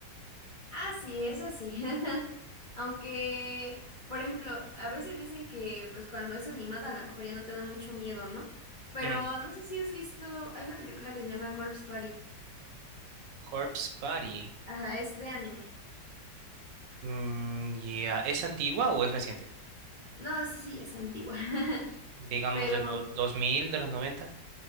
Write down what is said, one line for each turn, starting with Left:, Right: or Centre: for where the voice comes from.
Left: Ah, sí, eso sí. <laughs> Aunque, por ejemplo, a veces dicen que pues cuando es animada a lo mejor ya no te da mucho miedo, ¿no? Pero
Right: Mm,
Left: no sé si has visto, hay una película que se llama Corpse Party.
Right: Corpse Party.
Left: Ajá, es de anime.
Right: Mm, ya. ¿Es antigua o es reciente?
Left: No, sí, sí, ya es antigua. <laughs>
Right: Digamos
Left: Pero
Right: de los 2000, de los 90.